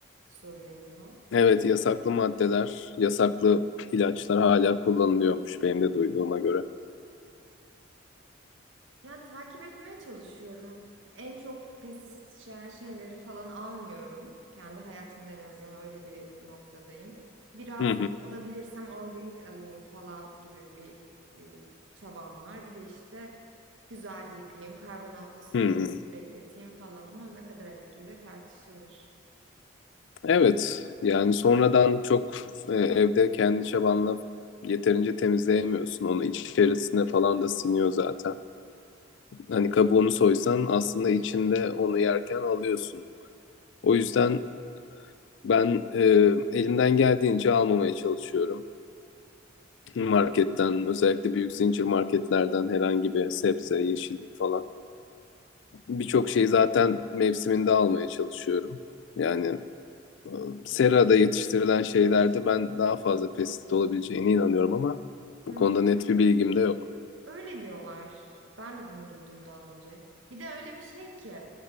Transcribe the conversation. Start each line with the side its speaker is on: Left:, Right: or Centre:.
Right: söyleniyor.
Left: Evet, yasaklı maddeler, yasaklı ilaçlar hala kullanılıyormuş benim de duyduğuma göre.
Right: Yani takip etmeye çalışıyorum. En çok pestisit içeren şeyleri falan almıyorum. Kendi hayatımda en azından öyle bir noktadayım. Biraz
Left: Hı hı.
Right: alabilirsem organik alayım falan gibi bir e, çabam var. Bir de işte güzel yıkayayım, karbonatlı suda
Left: Hı.
Right: bekleteyim falan ama ne kadar etkili tartışılır.
Left: Evet, yani sonradan çok e, evde kendi çabanla yeterince temizleyemiyorsun. Onu içerisine falan da siniyor zaten. Hani kabuğunu soysan aslında içinde onu yerken alıyorsun. O yüzden ben e, elimden geldiğince almamaya çalışıyorum. Marketten, özellikle büyük zincir marketlerden herhangi bir sebze, yeşillik falan. Birçok
Right: Ama
Left: şeyi zaten mevsiminde almaya çalışıyorum. Yani serada yetiştirilen şeylerde ben daha fazla pestisit olabileceğine inanıyorum ama bu
Right: Hı
Left: konuda
Right: hı.
Left: net bir bilgim de yok.
Right: Öyle diyorlar. Ben de bunu duydum daha önce. Bir de öyle bir şey ki